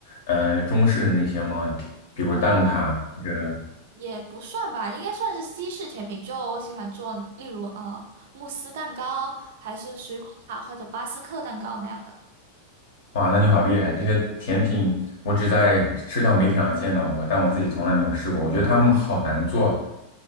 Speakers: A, on the left (about 55°); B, on the right (about 55°).
A: 呃中式的那些嘛，比如蛋挞或者。
B: 呃。也不算吧，应该算是西式甜品。就我喜欢做，例如呃慕斯蛋糕，还是水果塔或者巴斯克蛋糕那样的。
A: 哇，那你好厉害！这些甜品我只在社交媒体上见到过，但我自己从来没有试过。我觉得他们好难做